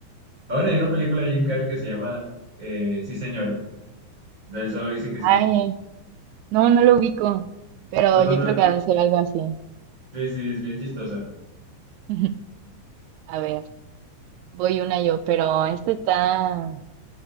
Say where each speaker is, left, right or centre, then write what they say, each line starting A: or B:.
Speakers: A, on the right; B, on the right.
A: Ahora hay una película de Jim Carrey que se llama eh, Sí, señor. Entonces él solo dice que sí.
B: Ay, no, no lo ubico, pero
A: No,
B: yo
A: no,
B: creo que ha de ser algo así.
A: sí, sí, es bien chistosa.
B: <laughs> A ver, voy una yo, pero esta está...